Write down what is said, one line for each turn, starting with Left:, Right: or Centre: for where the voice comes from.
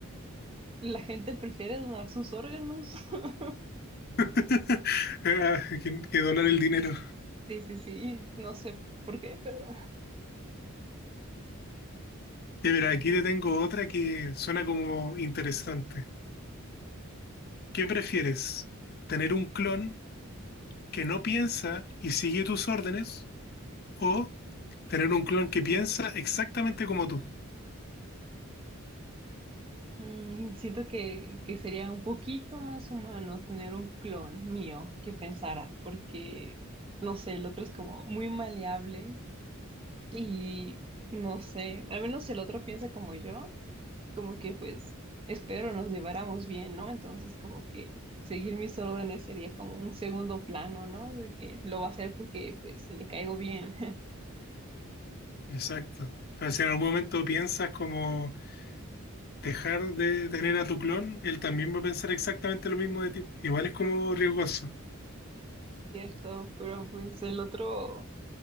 Right: la gente prefiere donar sus órganos. <laughs>
Left: <laughs> Ah, que, que donar el dinero.
Right: Sí, sí, sí, no sé por qué, pero
Left: Y mira, aquí te tengo otra que suena como interesante. ¿Qué prefieres? ¿Tener un clon que no piensa y sigue tus órdenes? ¿O tener un clon que piensa exactamente como tú?
Right: mm, siento que, que sería un poquito más humano tener un clon mío que pensara, porque, no sé, el otro es como muy maleable y, no sé, al menos si el otro piensa como yo. como que pues espero nos lleváramos bien, ¿no? Entonces como que seguir mis órdenes sería como un segundo plano, ¿no? De que lo va a hacer porque pues le caigo bien,
Left: Exacto. Pero si en algún momento piensas como dejar de tener a tu clon, él también va a pensar exactamente lo mismo de ti. Igual es como riesgoso.
Right: <laughs> ¿cierto? Pero pues el otro